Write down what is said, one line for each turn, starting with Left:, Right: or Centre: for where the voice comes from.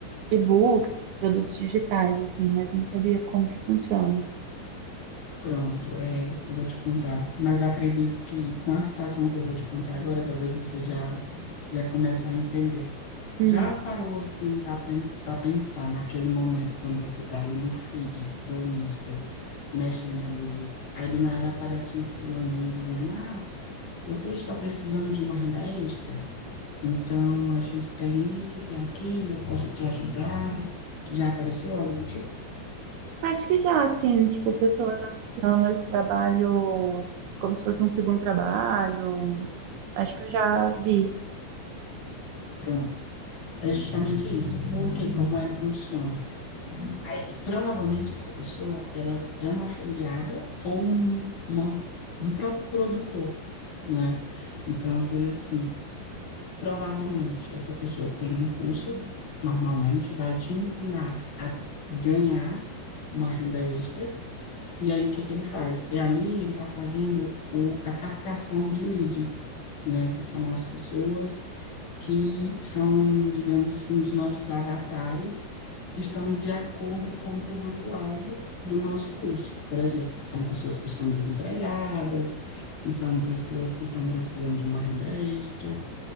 Right: e-books, produtos digitais, assim, mas não sabia como que funciona.
Left: Pronto, é, vou te contar. Mas acredito que com a situação que eu vou te contar agora, talvez você já já comece a entender.
Right: Hum,
Left: Já parou assim para pensar naquele momento quando você está ali no feed do Insta, mexendo ali, aí do nada aparece um fulaninho dizendo: "Ah, você está precisando de uma renda extra? Então a gente tem isso, tem aquilo, eu posso te ajudar." Já apareceu algo do tipo?
Right: Acho que já, assim, tipo, pessoas anunciando esse trabalho como se fosse um segundo trabalho. um, Acho que eu já vi.
Left: Pronto. É justamente isso. Porque como é que funciona? aí, provavelmente essa pessoa ela é uma afiliada ou um, uma- um próprio produtor, né? Então seria assim, provavelmente essa pessoa tem um curso, normalmente vai te ensinar a ganhar uma renda extra. E aí o que que ele faz? É ali ele está fazendo o, a captação de lead, né? Que são as pessoas que são, digamos assim, os nossos avatares, que estão de acordo com o público-alvo do nosso curso, por exemplo, que são pessoas que estão desempregadas, que são pessoas que estão precisando de uma renda extra.